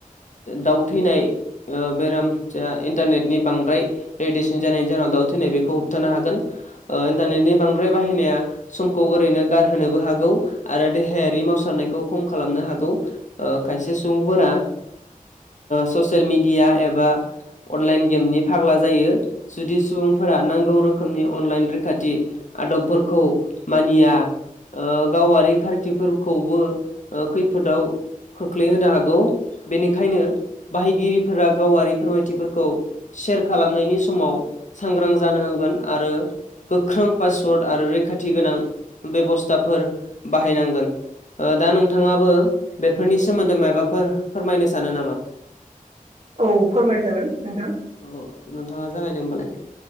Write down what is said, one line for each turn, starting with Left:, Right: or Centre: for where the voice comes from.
Left: दाउ थैनाय बेराम जाया इन्टारनेटनि बांद्राय रेडियेसन जानायनि जाहोनाव दाउ थैनाय बेखौ होबथानो हागोन इन्टारनेटनि बांद्राय बाहायनाया समखौ ओरैनो गारहोनोबो हागौ आरो देहायारि मावसारनायखौ खम खालामनो हागौ खायसे सुबुंफोरा ससियेल मिडिया एबा अनलाइन गेमनि फाग्ला जायो जुदि सुबुंफोरा नांगौ रोखोमनि अनलाइन रैखाथि आदबफोरखौ मानिया गावारि खारथिफोरखौबो खैफोदाव खोख्लैहोनो हागौ बेनिखायनो बाहायगिरिफोरा गावारि फोरमायथिफोरखौ सेयार खालामनायनि समाव सांग्रां जानांगोन आरो गोख्रों पासवर्ड आरो रैखाथि गोनां बेब'स्थाफोर बाहायनांगोन दा नोंथाङाबो बेफोरनि सोमोन्दै माबाफोर फोरमायनो सानो नामा?
Right: औ फोरमाय जागोन नोंथां।
Left: औ नोंथाङा जागायदो होमबालाय